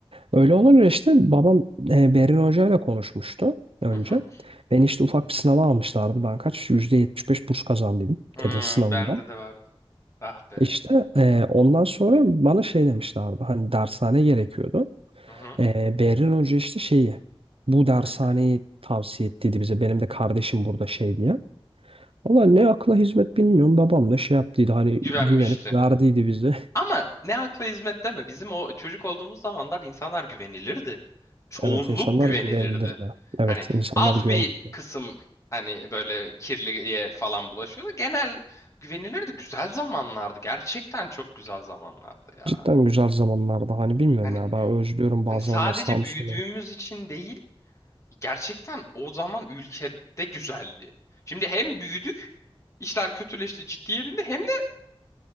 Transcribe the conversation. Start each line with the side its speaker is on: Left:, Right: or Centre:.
Right: Öyle olunca işte babam e, Berin Hoca ile konuşmuştu önce.
Left: Hı hı.
Right: Beni işte ufak bir sınava almışlardı. Ben kaç? %75 burs kazandıydım
Left: Hmm,
Right: TED'in sınavında.
Left: bende de vardı. Ah be.
Right: İşte e, ondan sonra bana şey demişlerdi hani dershane gerekiyordu.
Left: Hı hı.
Right: E, Berrin Hoca işte şeyi bu dershaneyi
Left: Ben de-
Right: tavsiye ettiydi bize benim de kardeşim burada şey diye. Valla ne akla hizmet bilmiyorum babam da şey yaptıydı hani
Left: Güvenmişti.
Right: güvenip verdiydi bize.
Left: Ama
Right: <laughs>
Left: ne akla hizmet deme. Bizim o çocuk olduğumuz zamanlar insanlar güvenilirdi. Çoğunluk
Right: Evet insanlar
Left: güvenilirdi.
Right: güvenilirdi. Evet
Left: Hani
Right: insanlar
Left: az
Right: güvenilirdi.
Left: bir kısım hani böyle kirliye falan bulaşıyordu. Genel güvenilirdi. Güzel zamanlardı. Gerçekten çok güzel zamanlardı ya.
Right: Cidden güzel zamanlarda hani bilmiyorum
Left: Hani
Right: ya ben özlüyorum bazı
Left: hani sadece
Right: zamanlar Samsun'u.
Left: büyüdüğümüz için değil, Gerçekten o zaman ülkede güzeldi. Şimdi hem büyüdük, işler kötüleşti, ciddiye bindi hem de